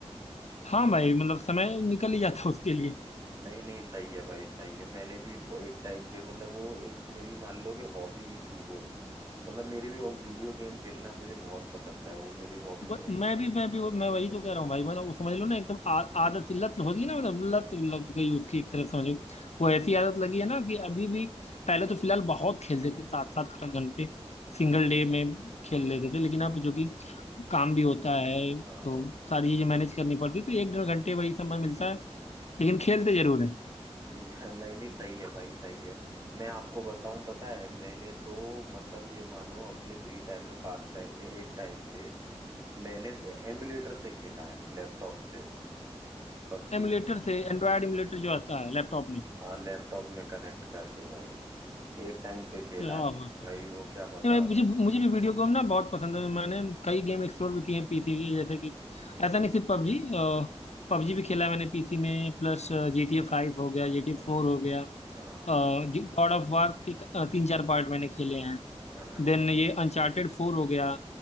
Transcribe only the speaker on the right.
नहीं नहीं सही है भाई सही है मैंने भी वो एक टाइम पे मतलब वो एक मेरी मान लो कि हॉबी ही थी वो मतलब मेरी भी वो वीडियो गेम खेलना मुझे बहुत पसंद है वो मेरी हॉबी
में
हाँ
<laughs> नहीं नहीं सही है भाई सही है मैं आपको बताऊं पता है मैंने तो मतलब ये मानो अपने फ्री टाइम में पास टाइम में एक टाइम पे मैंने एमुलेटर से खेला है लैपटॉप से पबजी
हाँ लैपटॉप में कनेक्ट करके भाई एक टाइम पे खेला
है
भाई वो क्या मजा
आता
था।
हाँ
हाँ